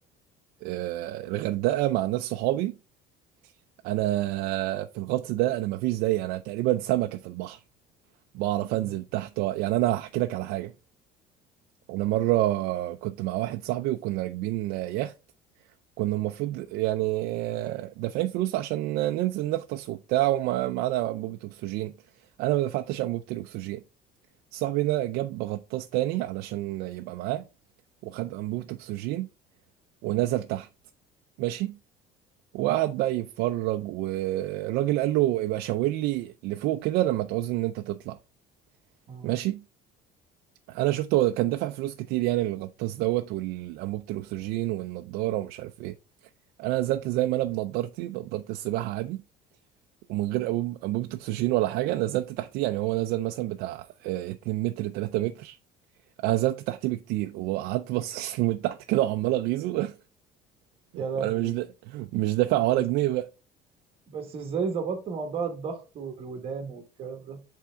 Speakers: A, on the right; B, on the right.
A: آه، الغردقه مع ناس صحابي انا في الغطس ده انا مفيش زيي انا تقريبا سمكه في البحر بعرف
B: مم،
A: انزل تحت يعني انا هحكي لك على حاجه انا مره كنت مع واحد صاحبي وكنا راكبين يخت كنا المفروض يعني دافعين فلوس عشان ننزل نغطس وبتاع ومعانا انبوبة اكسجين انا ما دفعتش انبوبة الاكسجين صاحبي ده جاب غطاس تاني علشان يبقى معاه وخد انبوبة اكسجين ونزل تحت ماشي وقعد
B: مم،
A: بقى يتفرج والراجل قال له يبقى شاور لي لفوق كده لما تعوز ان انت تطلع
B: مم.
A: ماشي انا شفته هو كان دافع فلوس كتير يعني للغطاس دوت والانبوبة الاكسجين والنضارة ومش عارف ايه انا نزلت زي ما انا بنضارتي نضارة السباحة عادي ومن غير انبوب انبوبه اكسجين ولا حاجه نزلت تحتيه يعني هو نزل مثلا بتاع آه، 2 متر 3 متر انا نزلت تحتيه بكتير وقعدت بص <laughs> له من تحت كده وعمال اغيظه <laughs>
B: يا لهوي
A: وانا مش دا... مش دافع ولا
B: بس
A: جنيه بقى
B: بس ازاي ظبطت موضوع الضغط والودان والكلام ده